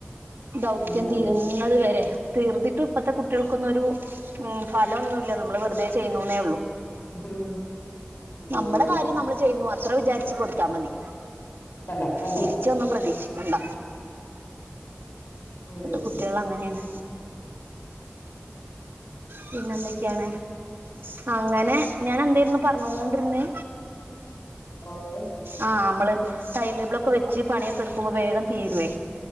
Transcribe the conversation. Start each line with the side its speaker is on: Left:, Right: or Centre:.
Right: ദൗത്യം
Left: ഉം
Right: തീരുന്നുന്നത് വരെ തീർത്തിട്ടും ഇപ്പത്തെ കുട്ടികൾക്കൊന്നും ഒരു ഉം ഫലൊന്നൂല്ല നമ്മള് വെറ്തെ ചെയ്യുന്നൂന്നെ
Left: ഹും ഉം
Right: നമ്മടെ കാര്യം നമ്മള് ചെയ്യുന്നു അത്ര വിചാരിച്ച് കൊട്ത്താ മതി
Left: കണ്ടോ കണ്ടോ
Right: തിരിച്ചൊന്നും പ്രതീക്ഷിക്കണ്ട
Left: ഉം
Right: ഇപ്പത്തെ കുട്ട്യാളങ്ങനേണ് പിന്നെന്തൊക്കെയാണ് അങ്ങനെ ഞാനെന്തായിര്ന്നു പറഞ്ഞോണ്ടിര്ന്ന്?
Left: ആഹ്
Right: ആഹ നമ്മള് ടൈം ടേബിള ഒക്കെ വെച്ച് പണിയൊക്കെ എടുക്കുമ്പോ വേഗം തീരുവേ